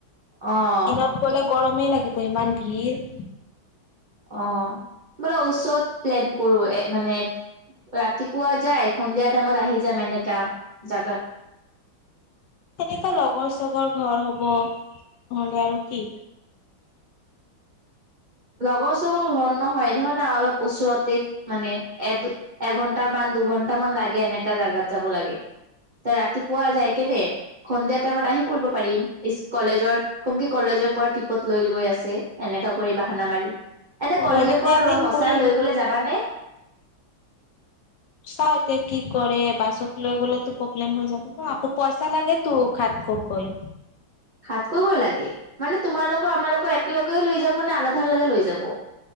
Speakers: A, on the right; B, on the left.
A: অ'।
B: দিনত গ'লে গৰমেই লাগিব ইমান ভিৰ।
A: অ', বোলো ওচৰত প্লেন কৰোঁ এ মানে ৰাতিপুৱা যায় সন্ধিয়া টাইমত আহি যাম এনেকা জাগাত।
B: সনেকা লগৰ চগৰ ঘৰ হ'ব, নহ'লে আৰু কি?
A: লগৰ চগৰ ঘৰ নহয় ধৰণে অলপ ওচৰতে মানে এদ এঘন্টামান দুঘন্টামান লাগে এনেকা জাগাত যাব লাগে। তে ৰাতিপুৱা যায় কেনে সন্ধিয়া টাইমত আহি পঢ়িব পাৰিম, ইচ কলেজৰ কম কি কলেজ লেজৰ পৰা ট্ৰিপত লৈ গৈ আছে, এনেকা কৰিম। বাহানা মাৰি, এনে
B: অ
A: কলেজৰ
B: এনেকে
A: পৰা
B: এদিন
A: লৈ সঁচাই
B: কৰিম
A: লৈ গ'লে যাবা নে?
B: চাওঁ এতিয়া কি কৰে বাছত লৈ গ'লেটো প্ৰব্লেম হৈ যাব ন' আকৌ পইচা লাগেটো সাত শ কৈ।
A: সাতশকৈ লাগে মানে তোমাৰ লগৰ আমালোকৰ একেলগ কৈ লৈ যাব নে আলাধা লৈকে লৈ যাব?